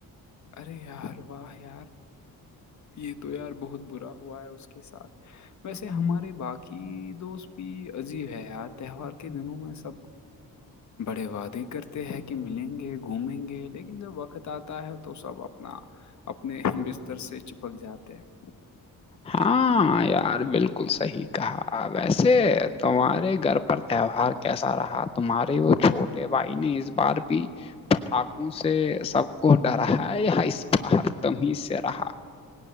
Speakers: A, on the left; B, on the left.
A: ارے یار واہ یار یہ تو یار بہت برا ہو ہوا ہے اس کے ساتھ ویسے
B: جیسے
A: ہمارے باق کہ دوست بھی عجیب ہے یار تہوار
B: ہمارے
A: کے دنوں میں سب بڑے وعدے کرتے ہیں کہ ملیں گے گھومیں گے لیکن جب وقت آتا ہے تو سب اپنا اپنے بستر سے چپک جاتے ہیں
B: ہاں یار بالکل صحیح کہا ویسے تمہارے گھر پر تہوار کیسا رہا تمہارے وہ چھوٹے بھائی نے اس بار بھی پٹاخوں سے سب کو ڈرا ہے اس بار <unintelligible> تم ہی سے رہا